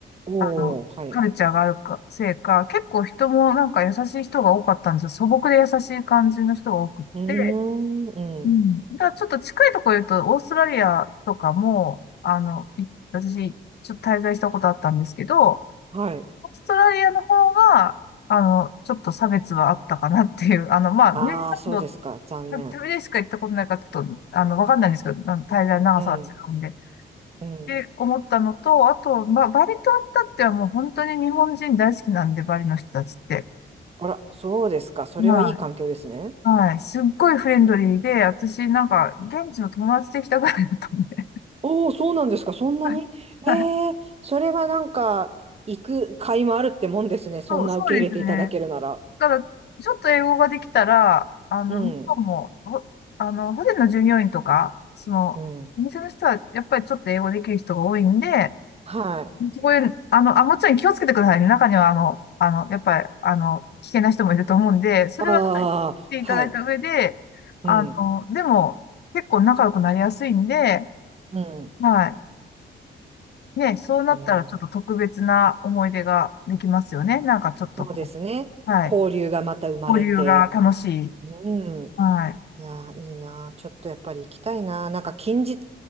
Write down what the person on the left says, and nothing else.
あの、
カルチャーがあるか、
せいか、結構人もなんか優しい人が多かったんですよ。素朴で優しい感じの人が多くって、
うん。だからちょっと近いところ言うと、オーストラリアとかも、あの、い私、ちょっと滞在したことあったんですけど、
オーストラリアの方が、あの、ちょっと差別はあったかなっていう、<laughs> あの、まあ、
ニュージーランド、
た旅でしか行ったことないから、ちょっと、あの、わかんないんですけど、あの滞在の長さが違うんで。
っ
て思ったのと、あと、まあ、バリ島ったってはもう本当に日本人大好きなんで、バリの人たちって。
はいはい。すっごいフレンドリーで、私なんか、現地の友達できたぐらいだったんで
はいはい
そう、そうですね。ただちょっと英語ができたら、あの、
向こうも、ほあの、ホテルの従業員とか、その、
お店の人は、やっぱりちょっと英語できる人が多いんで、
こういう、あの、あ、もちろん気をつけてくださいね。中には、あの、あの、やっぱり、あの、危険な人もいると思うんで、それは、
やっっていただいた上で、
あの、でも、結構仲良くなりやすいんで、
はい。ね、そうなったら、
ちょっと特別な思い出ができますよね。なんか、ちょっとこ
う、はい。
交流が楽しい。
はい。